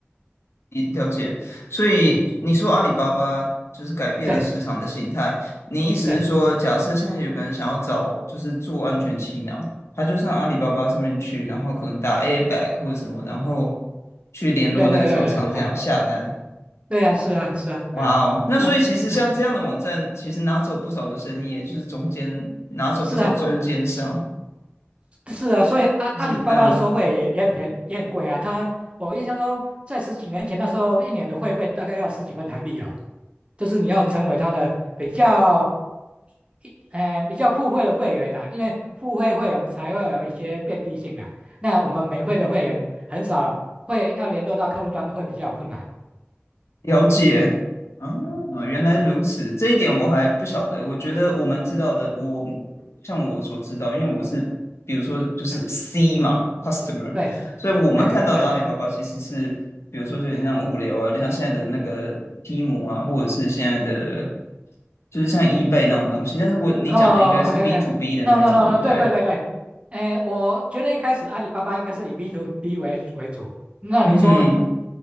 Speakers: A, on the left (about 85°); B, on the right (about 25°).
A: 了解，所以你说阿里巴巴就是改变了市场的形态，
B: 嗯，对
A: 你意思是说，
B: 对
A: 假设现在有个人想要找就是做安全气囊，他就上阿里巴巴上面去，然后可能打 a i b a g 或者什么，然后去联络那个对厂对商这对样下单。
B: 对对对对，哎，对呀、是啊是啊，
A: 哇哦，
B: 哎嗯嗯，
A: 那所以其实像这样的网站，其实拿走不少的生意，也就是中间拿走不少中对间商，
B: 是啊。是啊，所以阿阿里巴巴的收费也也很便也很贵啊。
A: 就是那、
B: 他我印象中在十几年前那时候，一年的会费大概要十几万台币哦。就是你要成为他的比较一呃比较付费的会员啦，因为付费会员才会有一些便利性啊。那我们免费的会员很少会要联络到客户端，会比较有困难。
A: 了解，啊，
B: 嗯，嗯
A: 原来如此，这一点我还不晓得。我觉得我们知道的，我像我所知道，因为我是比如说就是
B: 对
A: C 嘛，customer，
B: 对，
A: 所以我们看到的阿里巴巴其实是，
B: 哎对。
A: 比如说有点像物流啊，有点像现在的那个 Temu 啊，或者是现在的就是像 eBay 那种东西。但是我你讲的应该是
B: 哦 OK，
A: B to
B: ，OK，no
A: B 的那一种，
B: no no，
A: 对不对？
B: 对对对对，哎，我觉得一开始阿里巴巴应该是以 B to B 为为主，那你说，
A: 嗯，